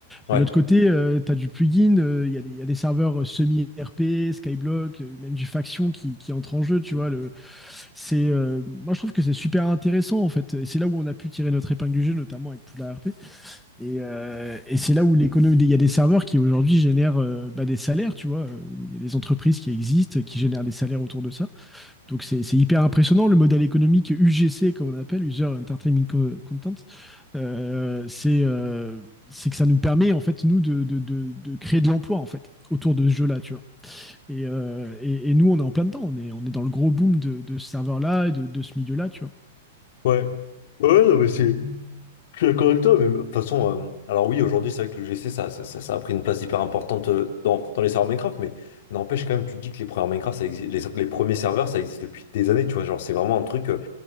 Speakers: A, on the left; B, in the centre.
A: ouais.
B: Mais de l'autre côté, euh, tu as du plugin, il euh, y, y, a des serveurs semi-RP, Skyblock, euh, même du faction qui, qui, entre en jeu, tu vois. Le, c'est, euh, moi, je trouve que c'est super intéressant, en fait. Et c'est là où on a pu tirer notre épingle du jeu, notamment avec Poudlard RP. Et, euh, et c'est là où l'économie, il y a des serveurs qui aujourd'hui génèrent euh, bah, des salaires, tu vois. Il y a des entreprises qui existent, qui génèrent des salaires autour de ça. Donc c'est c'est hyper impressionnant. Le modèle économique UGC, comme on appelle, User Entertainment Co- Content, euh, c'est euh, c'est que ça nous permet, en fait, nous, de, de, de- de créer de l'emploi, en fait, autour de ce jeu-là, tu vois. Et, euh, et, et nous, on est en plein dedans. On est, on est dans le gros boom de, de ce serveur-là et de, de ce milieu-là, tu vois.
A: Ouais, je suis d'accord avec toi, mais de toute façon, euh, alors oui, aujourd'hui, c'est vrai que le GC, ça, ça, ça, ça a pris une place hyper importante euh, dans, dans les serveurs Minecraft, mais n'empêche quand même, tu te dis que les premiers Minecraft, ça existe, les, les premiers serveurs, ça existe depuis des années, tu vois, genre, c'est vraiment un truc, euh,